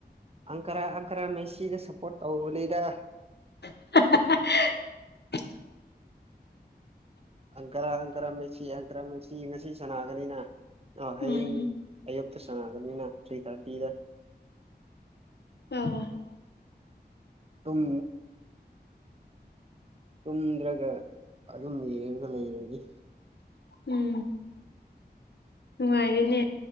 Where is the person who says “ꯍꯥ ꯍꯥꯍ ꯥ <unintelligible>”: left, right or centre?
Left